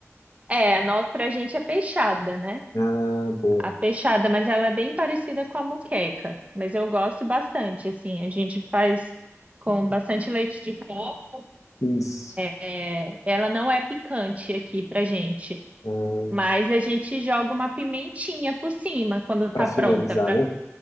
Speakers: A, on the right; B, on the left.
A: É, a nossa, pra gente é peixada, né?
B: Ah, boa.
A: A peixada, mas ela é bem parecida com a moqueca. Mas eu gosto bastante, assim. A gente faz com bastante leite de coco.
B: Isso.
A: É, ela não é picante aqui pra gente.
B: Ah,
A: Mas a gente joga uma pimentinha por cima quando
B: para
A: tá
B: finalizar,
A: pronta para
B: né?